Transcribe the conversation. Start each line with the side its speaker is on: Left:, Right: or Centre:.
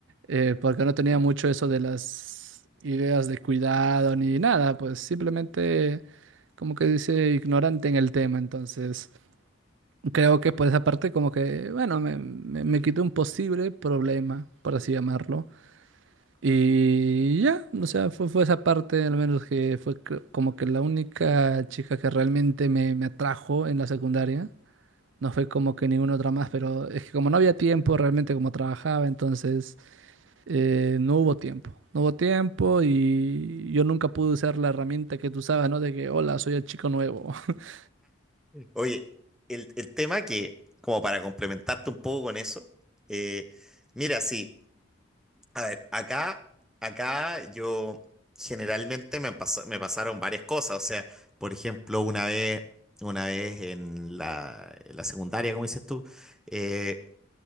Right: Eh, porque no tenía mucho eso de las ideas de cuidado ni nada, pues simplemente como que dice ignorante en el tema. Entonces, creo que por esa parte como que, bueno, me, me, me quitó un posible problema, por así llamarlo. Y ya, o sea, fue, fue esa parte, al menos que fue cre- como que la única chica que realmente me, me atrajo en la secundaria. No fue como que ninguna otra más, pero es que como no había tiempo, realmente como trabajaba, entonces eh, no hubo tiempo. No hubo tiempo y yo nunca pude usar la herramienta que tú usabas, ¿no? De que, hola, soy el chico nuevo. <laughs>
Centre: Oye, el, el tema que, como para complementarte un poco con eso, eh, mira, sí, a ver, acá, acá yo generalmente me pasó- me pasaron varias cosas, o sea, por ejemplo, una vez, una vez en la, en la secundaria, como dices tú, eh,